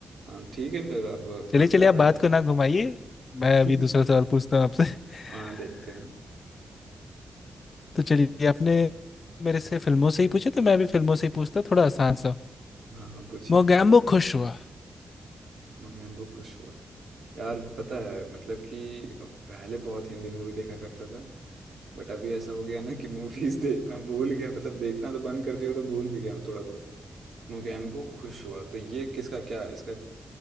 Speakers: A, on the right (about 70°); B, on the left (about 55°).
A: हाँ ठीक है फिर अब
B: चलिए
A: आपका
B: चलिए आप
A: पारी
B: बात को ना घुमाइए
A: <laughs>
B: मैं अभी दूसरा सवाल पूछता हूँ आपसे <laughs>
A: हाँ देखते हैं
B: तो चलिए आपने मेरे से फिल्मों से ही पूछे तो मैं भी फिल्मों से ही पूछता थोड़ा आसान सा
A: हाँ हाँ पूछिए
B: मोगैम्बो खुश हुआ
A: मैं बहुत खुश हुआ यार पता है मतलब कि पहले बहुत हिंदी मूवी देखा करता था बट अभी ऐसा हो गया ना कि मूवीज देखना भूल गया मतलब देखना तो बंद कर दिया तो भूल भी गया हूँ थोड़ा बहुत मोगैम्बो खुश हुआ तो ये किसका क्या है? इसका